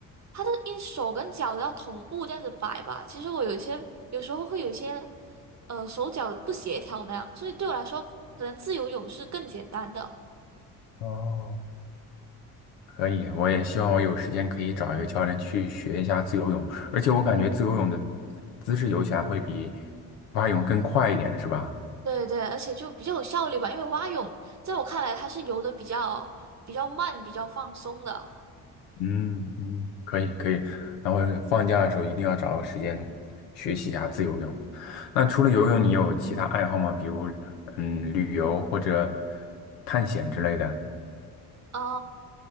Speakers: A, on the right (about 40°); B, on the left (about 75°).
A: 它的因手跟脚要同步这样子摆吧。其实我有一些有时候会有一些呃手脚不协调那样，所以对我来说，可能自由泳是更简单的。
B: 哦，可以，我也希望我有时间可以找一个教练去学一下自由泳。而且我感觉自由泳的姿势游起来会比蛙泳更快一点，是吧？
A: 对对，而且就比较有效率吧，因为蛙泳在我看来它是游的比较比较慢、比较放松的。
B: 嗯嗯，可以可以，然后放假的时候一定要找个时间学习一下自由泳。那除了游泳，你有其他爱好吗？比如嗯，旅游或者探险之类的。
A: 嗯，